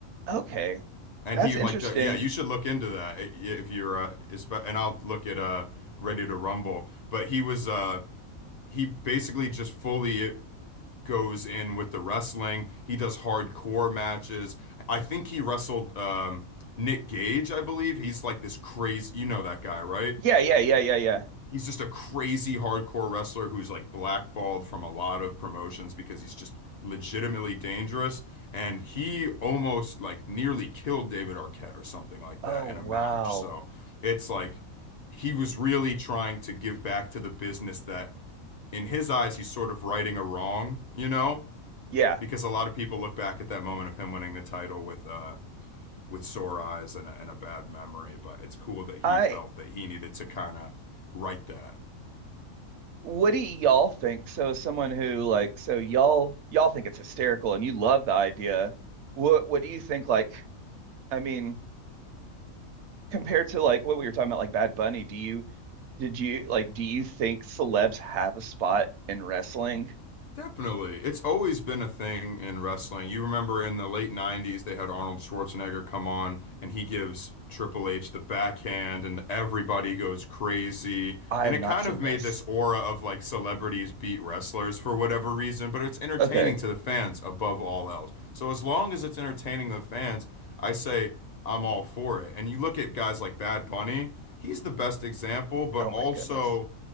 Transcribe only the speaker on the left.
And
he
like, d- yeah, you should look into that i- if you're, uh, espe- and I'll look at uh, Ready to Rumble. But he was, uh, he basically just fully it goes in with the wrestling. He does hardcore matches. I think he wrestled um, Nick Gage, I believe. He's like this crazy, you know that guy, right?
He's just a crazy hardcore wrestler who's like blackballed from a lot of promotions because he's just legitimately dangerous. And he almost like nearly killed David Arquette or something like
that in
a match. So it's like he was really trying to give back to the business that in his eyes, he's sort of righting a wrong, you know,
because a lot of people look back at that moment of him winning the title with, uh, with sore eyes and a, and a bad memory, but it's cool that he
felt that he needed to kind of right that.
Definitely. It's always been a thing in wrestling. You remember in the late 90s, they had Arnold Schwarzenegger come on and he gives Triple H the backhand and everybody goes crazy.
And
it
kind
of made
this aura of like celebrities beat wrestlers for whatever reason, but it's entertaining
to the fans above all else. So as long as it's entertaining the fans, I say I'm all for it. And you look at guys like Bad Bunny, he's the best example, but
also